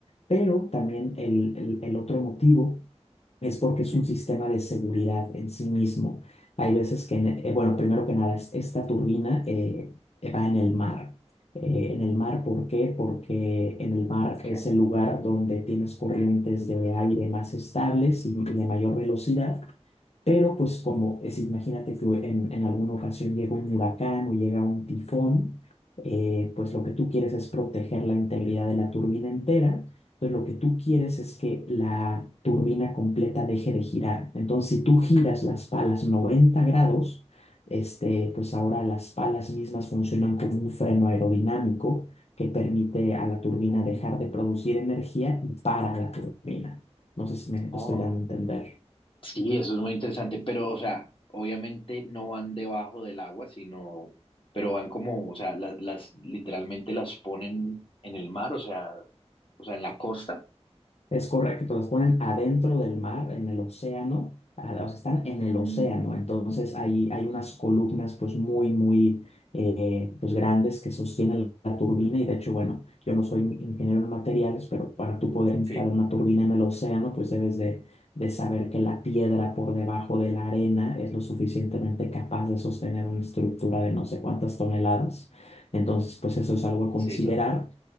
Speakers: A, on the left; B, on the left.
A: pero también el, el el otro motivo es porque
B: sí,
A: es un sistema de seguridad en sí mismo. Hay veces que, eh, bueno, primero que nada, es- esta turbina eh, va en el mar. Eh, en el mar, ¿por qué? Porque en el mar
B: ok.
A: es el lugar donde tienes corrientes de aire más estables y de mayor velocidad pero pues como es, imagínate que en, en alguna ocasión llega un huracán o llega un tifón, eh, pues lo que tú quieres es proteger la integridad de la turbina entera. Entonces lo que tú quieres es que la turbina completa deje de girar. Entonces si tú giras las palas 90 grados, este, pues ahora las palas mismas funcionan como un freno aerodinámico que permite a la turbina
B: Mm,
A: dejar de producir energía y para la turbina. No sé si me
B: oh,
A: estoy dando a entender.
B: sí, eso es muy interesante, pero, o sea, obviamente no van debajo del agua, sino, pero van como, o sea, la- las, literalmente las ponen en el mar, o sea, o sea, en la costa.
A: Es correcto, las ponen adentro del mar, en el océano, a- o sea, están en el
B: Mm,
A: océano, entonces ahí hay unas columnas pues muy, muy eh, pues grandes que sostienen la turbina y de hecho, bueno, yo no soy ingeniero en materiales, pero para tú poder instalar
B: sí,
A: una turbina en el océano pues debes de, de saber que la piedra por debajo de la arena es lo suficientemente capaz de sostener una estructura de no sé cuántas toneladas, entonces pues eso es algo a considerar.
B: sí, total.